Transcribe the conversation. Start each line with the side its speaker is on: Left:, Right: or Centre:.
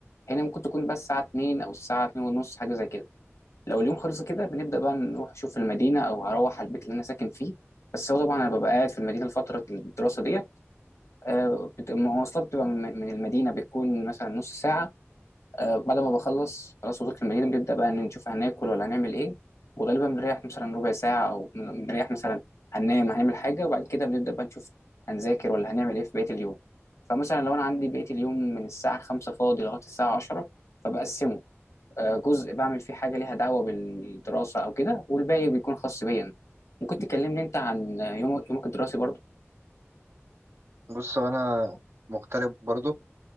Left: هنا ممكن تكون بس الساعة 2 أو الساعة 2 ونص حاجة زي كده لو اليوم خلص كده بنبدأ بقى نروح نشوف المدينة أو هروح على البيت اللي أنا ساكن فيه بس هو طبعا أنا ببقى قاعد في المدينة لفترة الدراسة ديت آه، بت- المواصلات بتبقى من من المدينة بتكون مثلا نص ساعة آه بعد ما بخلص خلاص وصلت المدينة بنبدأ بقى إن نشوف هناكل ولا هنعمل إيه وغالبا بنريح مثلا ربع ساعة أو بنريح مثلا هننام هنعمل حاجة وبعد كده بنبدأ بقى نشوف هنذاكر ولا هنعمل إيه في بقية اليوم فمثلا لو أنا عندي بقية اليوم من الساعة خمسة فاضي لغاية الساعة عشرة فبقسمه آه جزء بعمل فيه حاجة ليها دعوة بالدراسة أو كده والباقي بيكون خاص بيا أنا. ممكن تكلمني أنت عن يوم- يومك الدراسي برضه
Right: بص هو انا مغترب برضو